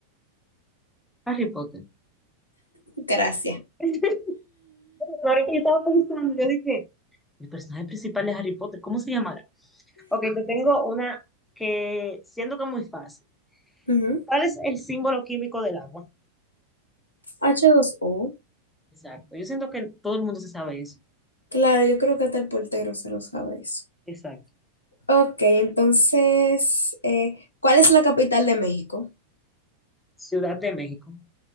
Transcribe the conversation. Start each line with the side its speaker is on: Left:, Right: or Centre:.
Centre: Harry Potter.
Left: Gracias.
Centre: <laughs> Ahorita yo estaba pensando, yo dije, El personaje principal de Harry Potter, ¿cómo se llamará? Ok, te tengo una que siento que es muy fácil.
Left: Ujú.
Centre: ¿Cuál es el símbolo químico del agua?
Left: h dos o
Centre: Exacto. Yo siento que todo el mundo se sabe eso.
Left: Claro, yo creo que hasta el portero se lo sabe eso.
Centre: Exacto.
Left: Ok, entonces, eh, ¿cuál es la capital de México?
Centre: Ciudad de México.